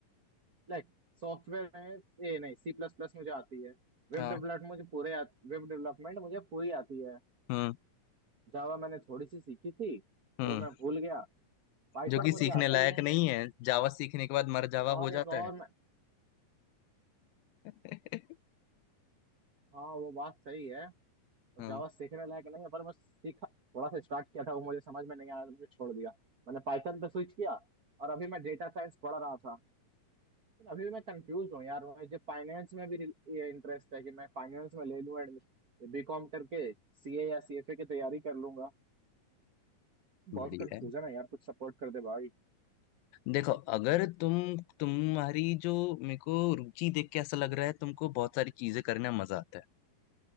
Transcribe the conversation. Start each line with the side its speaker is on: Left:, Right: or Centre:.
Right: like software में ए नहीं सी प्लस प्लस मुझे आती है वेब
Left: हाँ
Right: डेवलपमेंट मुझे पूरे वेब डेवलपमेंट मुझे पूरी आती है
Left: हम्म
Right: जावा मैंने थोड़ी सी सीखी थी
Left: हम्म
Right: वो मैं भूल गया पाइथन
Left: जो कि
Right: मुझे
Left: सीखने
Right: आती
Left: लायक
Right: है
Left: नहीं है जावा सीखने के बाद मर जावा
Right: और
Left: हो
Right: एक
Left: जाता
Right: और
Left: है
Right: मैं
Left: <laughs>
Right: हाँ वो बात सही है और
Left: हाँ
Right: जावा सीखने लायक नहीं है पर मैं सीखा थोड़ा सा स्टार्ट किया था वो मुझे समझ में नहीं आया तो मैंने छोड़ दिया मैंने पाइथन पे स्विच किया और अभी मैं डेटा साइंस पढ़ रहा था अभी मैं कंफ्यूज हूँ यार मुझे फाइनेंस में भी ये इंटरेस्ट है कि मैं फाइनेंस में ले लूँ एडमिशन बीकॉम करके सीए या सीएफए की तैयारी कर लूंगा
Left: बढ़िया
Right: बहुत कंफ्यूजन
Left: है
Right: है यार कुछ सपोर्ट कर दे भाई
Left: देखो अगर तुम तुम्हारी जो मेरे को रुचि देख के ऐसा लग रहा है तुमको बहुत सारी चीजें करने में मजा आता है